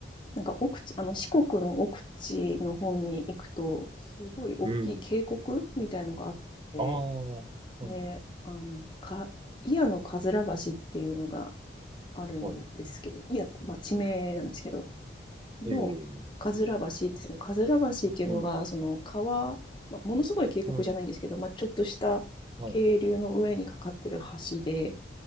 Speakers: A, on the left; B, on the right.
A: なんか奥地、あの四国の奥地の方に行くと、すごい大きい渓谷みたいのがあって、
B: うん。ああ、はい。
A: で、あの、か、祖谷のかずら橋っていうのがあるんですけど、
B: はい。
A: 祖谷って、まあ、地名なんですけど、の、
B: ええ、
A: かずら橋って、その、かずら橋っていうのが、
B: うん。
A: その、川、まあ、ものすごい渓谷じゃないんですけど、
B: うん。
A: まあ、ちょっとした渓流の上にかかってる橋で、
B: はい。